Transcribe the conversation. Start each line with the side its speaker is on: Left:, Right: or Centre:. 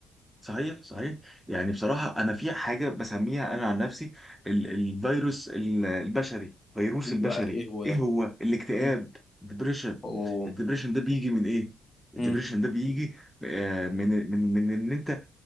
Centre: صحيح صحيح يعني بصراحة أنا في حاجة بسميها أنا عن نفسي ال- الفيروس ال- البشري فيروس
Left: يبقى
Centre: البشري
Left: ايه هو
Centre: إيه
Left: ده
Centre: هو الاكتئاب
Left: مم.
Centre: الدبريشن
Left: اوه
Centre: الدبريشن ده بيجي من إيه؟ الدبريشن
Left: مم.
Centre: ده بيجي آه، من من من إن أنت